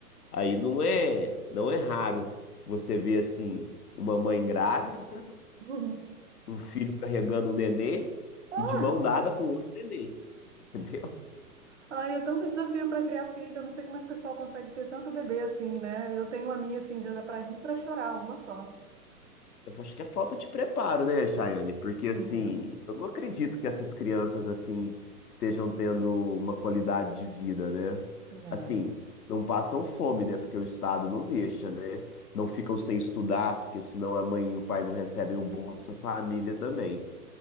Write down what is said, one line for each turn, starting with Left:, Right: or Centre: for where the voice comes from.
Left: Aí não é, não é raro você ver assim uma mãe grávida,
Right: <laughs>
Left: um filho carregando um nenê
Right: Ah,
Left: e de mão dada com outro nenê, <laughs> entendeu?
Right: ai, é tanto desafio para criar filho. Eu não sei como é que o pessoal consegue ter tanto bebê assim, né? Eu tenho a minha assim, já dá para rir para chorar, uma só.
Left: Eu acho que é falta de preparo, né, Chayane? Porque,
Right: É,
Left: assim, eu não acredito que essas crianças, assim, estejam tendo uma qualidade de vida, né?
Right: não.
Left: Assim, não passam fome, né? Porque o Estado não deixa, né? Não ficam sem estudar, porque senão a mãe e o pai não recebem o Bolsa Família também,